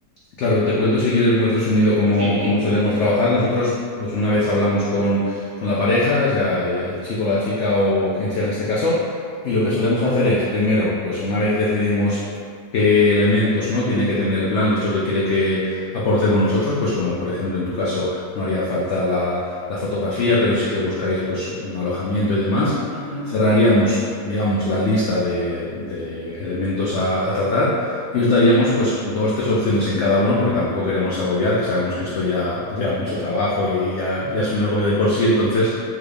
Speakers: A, on the left (about 85°); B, on the right (about 55°).
A: Claro, te cuento si quieres muy resumido cómo,
B: Sí.
A: cómo solemos trabajar. Nosotros, pues una vez hablamos con, con la pareja, o sea, eh, el chico, la chica o, o quien sea en este caso, y lo que solemos hacer es, primero, pues una vez decidimos qué elementos, ¿no? Tiene que tener el plan, qué es lo que quiere que aportemos nosotros, pues como por ejemplo en tu caso no haría falta la, la fotografía, pero sí que buscáis pues un alojamiento y demás.
B: Ujú,
A: Cerraríamos, digamos, la lista de, de elementos a a tratar. Y os daríamos pues dos, tres opciones en cada uno, porque tampoco queremos agobiar, que sabemos que esto ya lleva mucho trabajo y, y ya,
B: ujú.
A: ya es un agobio de por sí. Entonces,